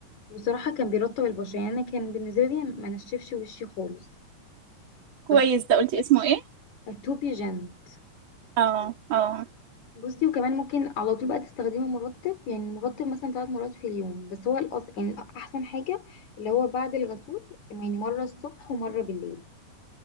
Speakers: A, on the left; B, on the right.
A: وصراحة كان بيرطب البشرة يعني انا كان بالنسبة لي ما نشفش وشي خالص بس
B: كويس ده قلتي اسمه إيه؟
A: التوبي جنت
B: اه اه
A: بصي وكمان ممكن على طول بقى تستخدمي مرطب يعني مرطب مثلا ثلاث مرات في اليوم بس هو الأص... يعني احسن حاجة اللي هو بعد الغسول يعني مرة الصبح ومرة بالليل